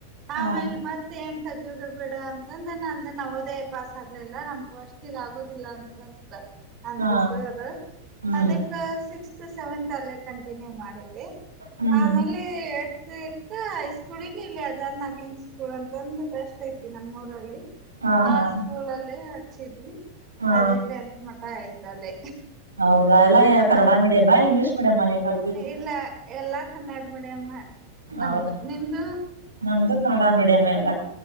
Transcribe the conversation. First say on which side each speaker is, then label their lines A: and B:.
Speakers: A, on the right (about 80°); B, on the right (about 30°).
A: ಹಾ
B: ಆಮೇಲೆ ಮತ್ತೆ ಏನು ತೆಗೆಯುದ ಬಿಡ ತಂದ ನಂದ ನವೋದಯ ಪಾಸ್ ಆಗ್ಲಿಲ್ಲ ನಮ್ ಕಾಸ್ಟಿಕ್ ಆಗುವುದಿಲ್ಲ ಅಂತ ಅಂತ ಅಂದ್ರೆ
A: ಹಾ
B: ಸರ್
A: ಹ್ಮ್
B: ಅದಕ್ಕೆ ಸಿಕ್ಸ್ತ್ ಸೆವೆಂತ್ ಅಲ್ಲೆ ಕಂಟಿನ್ಯೂ ಮಾಡಿದೆ
A: ಹ್ಮ್
B: ಆಮೇಲೆ ಏಟತ ಕ್ಕ ಹೈ ಸ್ಕೂಲ್ಗೆ ಇಲ್ಲಿ ಹಜಾರ್ನಗ್ಲಿನ್ ಸ್ಕೂಲ್ ಅಂತಂದ ಬೆಸ್ಟ್ ಐತಿ ಲ್ಲಿ
A: ಹಾ
B: ಆ
A: ಹಾ
B: ಸ್ಕೂಲ್ ಅಲ್ಲೇ ಹಚ್ಚಿದ್ವಿ
A: ಹಾ
B: ಅದೇ ಟೆಂತ್ ಮಠ ಆಯ್ತಿ ತಲೆೆ
A: ಹೌದಾ ಎಲ್ಲಾ ಕನ್ನಡ ಮೀಡಿಯಂ ಇಂಗ್ಲಿಷ್ ಮಿಡಿಯಮ್ಮ ನೀವ್ ಕಲಿತಿದ್ದು
B: ಇಲ್ಲ ಎಲ್ಲಾ ಕನ್ನಡ ಮೀಡಿಯಂ
A: ಹೌದ
B: ನಮ್ದು ನಿಮ್ದು
A: ನಮ್ದು ಕನ್ನಡ ಮೀಡಿಯಂ ಎಲ್ಲ